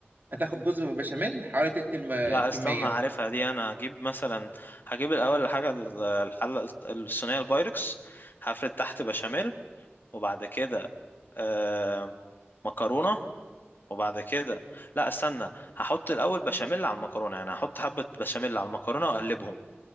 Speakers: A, on the right; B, on the left.
A: هتاخد جزء بشاميل حوالي تلت الم- الكميه
B: لا استنى عارفها دي انا هجيب مثلا هجيب الاول الحاجة ال- الحلة الصينية البايركس هفرد تحت بشاميل وبعد كده آه مكرونة وبعد كده لا استنى هحط الاول بشاميل على المكرونه يعني هحط حبه بشاميل على المكرونه واقلبهم